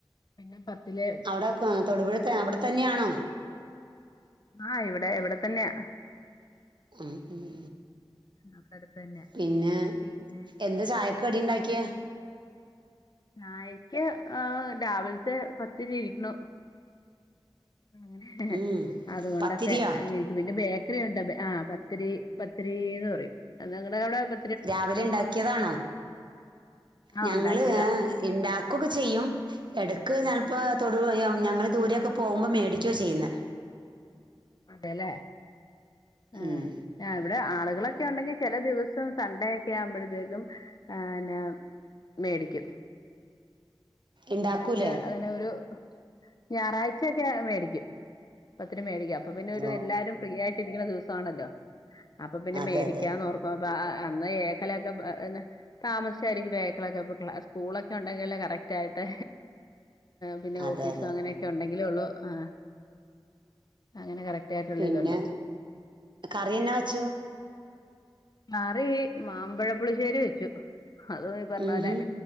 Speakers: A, on the left (about 45°); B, on the right (about 55°).
A: പിന്നെ പത്തില്.
B: അവിടെക്കെ തൊടുപുഴെതെ അവിടെ തന്നെയാണോ.
A: ആഹ ഇവിടെ ഇവിടെ തന്നെയാ.
B: ഉം ഉം
A: അവിടെ അടുത്ത് തന്നെ
B: പിന്നെ
A: പിന്നെ
B: എന്ത് ചായ. കടിണ്ടാക്ക്യേ.
A: ചായക്ക് ആ രാവിലത്തെ പത്തിരി ഇരിക്കുന്നു. അ
B: ഉം
A: അതുകൊണ്ടൊക്കെ
B: പത്തിരിയോ
A: അങ്ങനെ. പിന്നെ ബേക്കറിയുണ്ട്‌ ആ പത്തിരി പത്തിരിന്ന് പറയും നിങ്ങടവിടെ പ.
B: രാവിലെ ഇണ്ടാക്കിയതാണോ
A: ആഹ്
B: ഞങ്ങള്
A: ഉണ്ടാക്കിയതാ
B: ഇണ്ടാക്കൊക്കെ ചെയ്യും. എടക്ക് ഞാനപ്പോ തൊടു ഞങ്ങൾ ദൂരൊക്കെ പോവുമ്പോ മേടിക്ക്യ ചെയ്യുന്നെ.
A: അതെല്ലേ. ആ
B: ഉം.
A: ആ ഇവിടെ ആളുകളൊക്കെ ഉണ്ടെങ്കി ചെല ദിവസം സൺഡേയൊക്കെ ആകുമ്പഴത്തേക്കും ആന്നെ. മേടിക്കും.
B: ഉണ്ടാക്കൂലേ
A: ഞായറാഴ്ച അങ്ങനെ ഒരു ഞായറാഴ്ചയൊക്കെ മേടിക്കും പത്തിരി മേടിക്കും. അപ്പൊ പിന്നെ
B: ഓ
A: ഒരു എല്ലാരും ഫ്രീ ആയിട്ട് ഇരിക്കുന്ന ദിവസാണല്ലോ അപ്പൊ പിന്നെ
B: അതെ
A: മേടിക്കാന്ന്
B: അതെ
A: ഓർ. പ്പൊപ്പ അന്ന് ഏക്കലൊക്കെന്നെപ്പ്നെ. താമസിച്ചായിരിക്കും വേക്കളൊക്കെ സ്കൂളൊക്കെ ഉണ്ടെങ്കിൽ കറക്. റ്റായിട്ട് പിന്നെ
B: അതെ
A: ഓഫീസ
B: അതെ
A: അങ്ങനെ. ഒക്കെ ഉണ്ടെങ്കിലേ ഒള്ളൂ ആ അങ്ങനെ കറ റ്റായിട്ടുള്ളതൊള്ളൂ.
B: പിന്നെ കറി എന്നാ വെച്ചു
A: കറി മാമ്പഴപ്പുളിശ്ശേരി വെച്ചു. അതും ഈ പർഞ്ഞപോലെ
B: ഉം ഹും